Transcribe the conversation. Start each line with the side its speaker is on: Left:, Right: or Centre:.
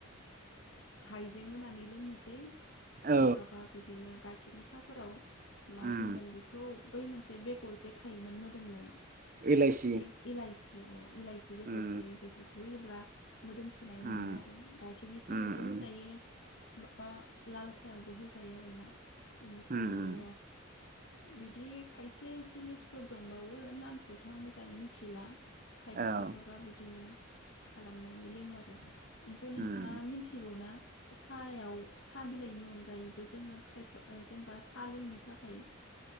Left: हाइजें होनानै लोंनोसै सोरबाबा
Right: औ
Left: बिदिनो गाइखेर नि साफोराव मा
Right: उम
Left: बुंगोन बेखौ बै मोनसे बेगर जे थायोमोन मोदोमनाय
Right: एलाइसि
Left: इ इलायचि अ इलाइसि बेगर
Right: उम
Left: थायो बेफोरखौ होयोब्ला मोदोमसोनाय
Right: उम
Left: मोनो आरो गाइखेरनि सायावबो
Right: उम उम
Left: होजायो बा लाल साहायावबो होजायो आरो ना बेनिफ्राय
Right: उम
Left: आरो
Right: उम
Left: बिदि खायसे जिनिसफोर दंबावो नामखौथ' आं मोजाङै मिथिला खायफा
Right: औ
Left: खायफाबा बिदिनो खालामनानै लोङो आरो इनिफाय नोंथाङा
Right: उम
Left: मिथिगौ ना सायाव साहा बिलाइनि अनगायैबो जोङो खाफा जेनेबा सा लोंनो थाखाय